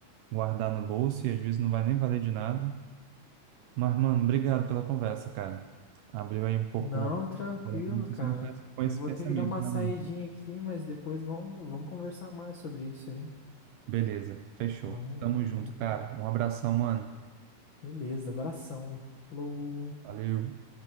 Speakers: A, on the right (about 80°); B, on the left (about 70°).
A: guardar no bolso e às vezes não vai nem valer de nada. Mas, mano, obrigado pela conversa, cara. Abriu aí um pouco,
B: Não, tranquilo,
A: pelo menos eu tô
B: cara.
A: sendo com esse com
B: Eu
A: esse
B: vou
A: pensamento,
B: ter que dar uma
A: realmente.
B: saidinha aqui, mas depois vamos, vamos conversar mais sobre isso aí.
A: Beleza, fechou.
B: Vamos,
A: Tamo junto,
B: vamos
A: cara. Um abração, mano.
B: Beleza, abração. Falou.
A: Valeu.